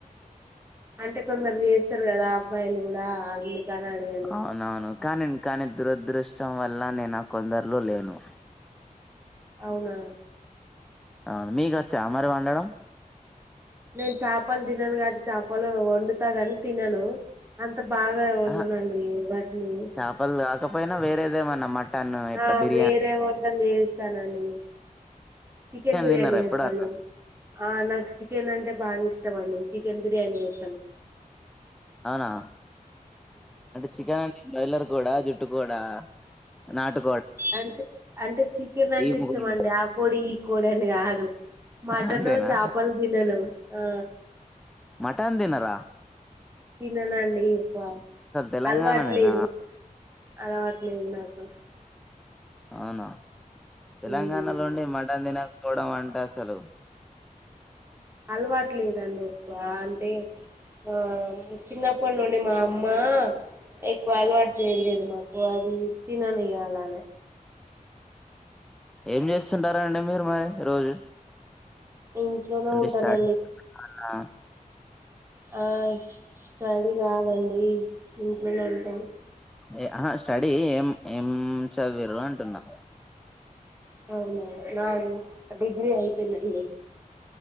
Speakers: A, on the right; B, in the centre.
A: అంటే కొందరు చేస్తారు కదా అబ్బాయిలు కూడా అ అని అడిగాను
B: అవునవును కానీ ఇం కానీ దురదృష్టం వల్ల నేను ఆ కొందరులో లేను
A: అవునా
B: అవును మీకచ్చా మరి వండడం
A: నేను చాపలు తినను కాబట్టి చాపలు వండుతా కాని తినను అం అంత బాగా వండనండి
B: ఆ
A: వాటిని
B: చేపలు కాకపోయినా వేరేదేమన్నా మటన్ ఇట్లా
A: ఆ
B: బిర్యానీ
A: వేరే వంటలు చేస్తానండి చికెన్ బిర్యానీ
B: తిన్నారా
A: చేస్తాను
B: ఎప్పుడన్నా
A: ఆ నాకు చికెన్ అంటే బాగా ఇష్టం అండి చి చికెన్ బిర్యానీ చేసను
B: అవునా అంటే చికెన్ అంటే బాయిలర్ కోడా జుట్టు కోడా నాటు
A: అంటే అంటే చికెన్ అంటే
B: ఈ
A: ఇష్టం
B: ముగ్గురు
A: అండి ఆ కోడి ఈ కోడి అని కాదు మటను
B: అంతేనా
A: చాపలు తినను ఆ
B: మటన్ తినర
A: తిననండి ఎక్కువ
B: తెలంగాణనేనా
A: అలవాట్లేదు అలావాట్లేదు నాకు
B: అవునా తెలంగాణలో
A: ఉమ్.
B: ఉండి మటన్ తినక డం అంటే అసలు
A: అలవాటు లేదండి ఎక్కువ అంటే ఆ చిన్నప్పడ్నుండి మా అమ్మా ఎక్కువ అలవాటు చేయలేదు మాకు అది తినను ఇగ అలానే
B: ఏం చేస్తుంటారండి మీరు మరి రోజు
A: ఇంట్లోనే
B: అంటే
A: ఉంటానండి
B: స్టడీ ఆ
A: ఆ స్టడీ కాదండి ఇంట్లోనే ఉంటాం
B: ఏ ఆహా స్టడీ ఏం ఏం చదివిరు అంటున్నా
A: అవునా నాది డిగ్రీ అయిపోయిదండి